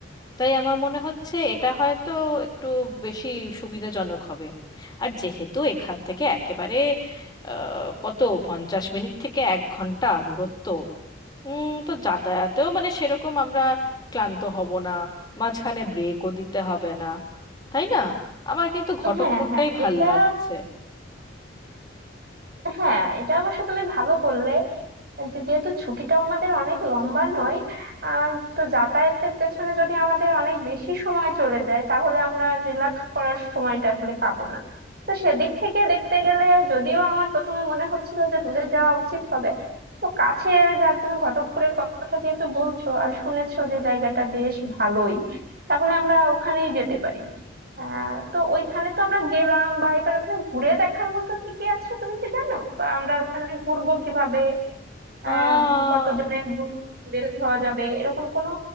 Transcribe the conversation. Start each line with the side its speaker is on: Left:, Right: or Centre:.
Left: তাই আমার মনে হচ্ছে এটা হয়তো একটু বেশি সুবিধাজনক হবে আর যেহেতু এখান থেকে একেবারে আহ, কত পঞ্চাশ মিনিট থেকে এক ঘন্টা দূরত্ব উম, তো যাতায়াতেও মানে সেরকম আমরা ক্লান্ত হব না মাঝখানে ব্রেকও দিতে হবে না তাই না আমার কিন্তু ঘটকপুরটাই
Right: হ্যাঁ হ্যাঁ
Left: ভাল
Right: এটা
Left: লাগছে
Right: হ্যাঁ এটা অবশ্য তুমি ভালো বললে যে- যেহেতু ছুটিটাও আমাদের অনেক লম্বা নয় আহ তো যাতায়াতের পেছনে যদি আমাদের অনেক বেশি সময় চলে যায় তাহলে আমরা রিল্যাক্স করার সময়টা আসলে পাবো না তো সেদিক থেকে দেখতে গেলে যদিও আমার প্রথমে মনে হচ্ছিল যে দূরে যাওয়া উচিত হবে তো কাছে যা তুমি ঘটকপুরের কথা যেহেতু বলছো আর শুনেছো যে জায়গাটা বেশ ভালোই তাহলে আমরা ওখানেই যেতে পারি আহ তো ওইখানে তো আমরা গেলাম বা এবার ওখানে ঘুরে দেখার মতো কি কি আছে তুমি কি জানো বা আমরা ওইখানে ঘুরবো কিভাবে আহ
Left: আহ
Right: উম, কতজনের গ্রুপ বের হওয়া যাবে এরকম কোনো